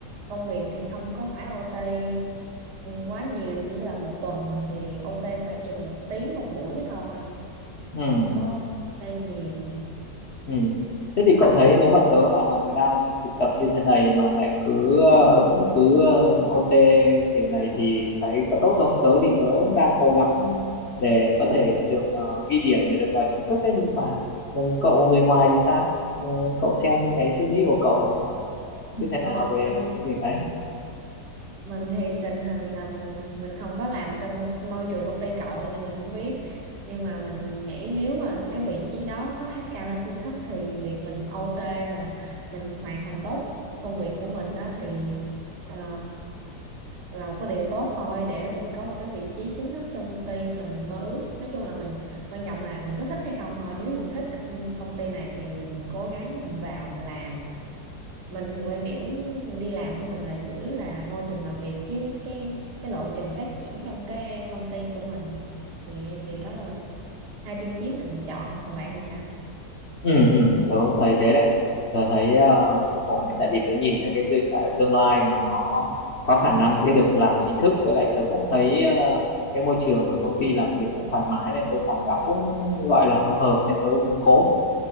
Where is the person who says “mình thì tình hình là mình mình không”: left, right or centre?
Right